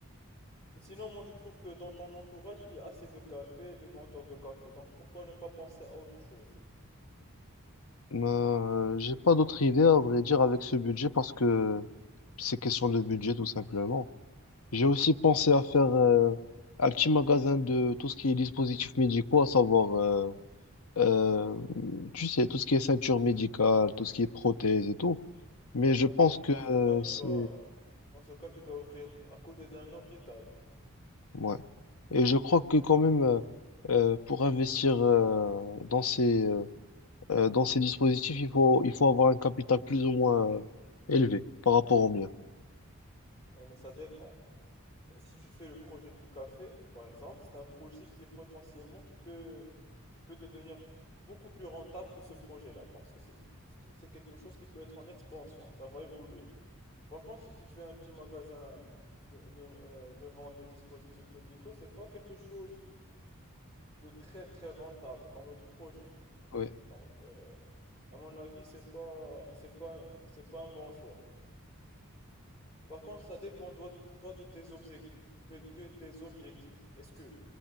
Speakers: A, on the left; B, on the left.
A: Mais sinon, moi, je trouve que dans ton entourage, il y a assez de cafés et de vendeurs de café. Donc, pourquoi ne pas penser à autre chose?
B: Mais euh, j'ai pas d'autre idée, à vrai dire, avec ce budget parce que c'est question de budget, tout simplement. J'ai aussi pensé à faire euh, un petit magasin de tout ce qui est dispositifs médicaux, à savoir. euh, Euh, tu sais, tout ce qui est ceinture médicale, tout ce qui est prothèse et tout. Mais je
A: Ouais,
B: pense
A: mais
B: que
A: dans ce
B: euh,
A: cas, tu
B: c'est...
A: dois, dans ce cas, tu dois ouvrir à côté d'un hôpital.
B: Ouais. Et je crois que quand même, euh, euh, pour investir euh, dans ces, euh, euh, dans ces dispositifs, il faut, il faut avoir un capital plus ou moins euh, élevé par rapport au mien.
A: Oui, mais ça dépend. Si tu fais le projet du café, par exemple, c'est un projet qui est potentiellement, qui peut, qui peut devenir beaucoup plus rentable que ce projet-là, parce que c'est c'est quelque chose qui peut être en expansion, ça va évoluer. Par contre, si tu fais un petit magasin de, de, euh, de vente des dispositifs médicaux, c'est pas quelque chose de très très rentable comme l'autre projet.
B: Oui.
A: Donc, euh, à mon avis, c'est pas, c'est pas, c'est pas un bon choix. Par contre, ça dépend toi de, toi de tes obje- de, de tes objectifs. Est-ce que